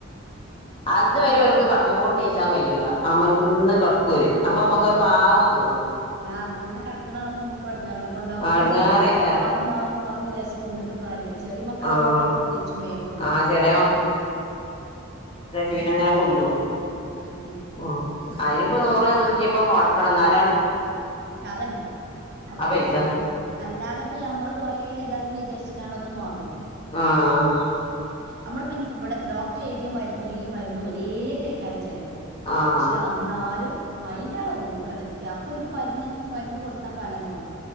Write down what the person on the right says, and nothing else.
അതെല്ലാം
ഉം
ആഹ് അങ്ങനെ കെടക്കണ കാണുമ്പോ നമ്മക്കും എടങ്ങേറാണ്. കൊണ്ടുപോവാതെ
നിന്നാല് മാറും മാറും മാറും വിചാരിച്ച് നിന്നിട്ടും കാര്യല്ല വിചാ ചെറിയ മക്കളാവുമ്പോ
അമ്മള് പ്രത്യേകിച്ച് വേഗം കൊണ്ടോവും.
അതന്നെ
ഉം
അതന്നെ. അൽ
അൽ അല്ലാതെ ഇപ്പ ഞമ്മള് കൊറേ ഇതാക്കി വിചാരി ച്ചിക്കാണ്ടൊന്നു മാറൂല.
നമ്മളിപ്പം ഇവിടെ ഡോക് റ്റി എഴുതിയ മരുന്നു ഈ മരുന്നു ഒരേ ഇതേക്കാരം ചെലപ്പൊ.
പക്ഷെ എന്നാലും അയിന്റാളെ റൂമ്ക്കണ്ടെ എത്തിയാ അപ്പോൾക്ക് മര്ന്ന് മരുന്ന് കൊടുത്താ ഫലം കാണും.